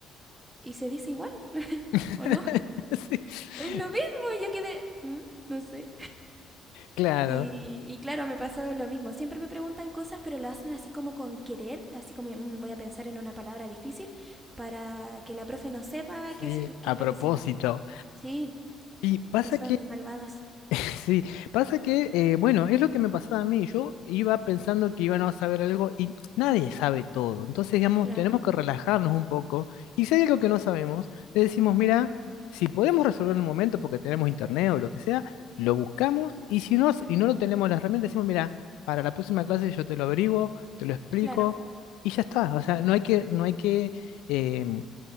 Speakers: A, on the right; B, on the left.
A: ¿y se dice igual
B: <laughs>
A: o no?
B: Sí,
A: Es lo mismo, yo quedé, "Mm, no sé.
B: claro,
A: Y, y claro, me pasó lo mismo. Siempre me preguntan cosas, pero lo hacen así como con querer, así como "Mm, voy a pensar en una palabra difícil para que la profe no sepa
B: sí,
A: qué es, el- qué
B: a
A: es lo
B: propósito.
A: que significa. Sí,
B: Y pasa
A: sí, son
B: que
A: malvados.
B: Sí, pasa que, eh, bueno, es lo que me pasaba a mí. Yo iba pensando que íbamos a saber algo y nadie sabe todo. Entonces, digamos,
A: Claro,
B: tenemos que relajarnos un poco. Y si hay algo que no sabemos, le decimos, mira, si podemos resolver en un momento porque tenemos internet o lo que sea, lo buscamos. Y si no,
A: ujú,
B: y no lo tenemos las herramientas, decimos, mira, para la próxima clase yo te lo averiguo, te lo explico
A: claro,
B: y ya está. O sea, no hay que, no hay que, em,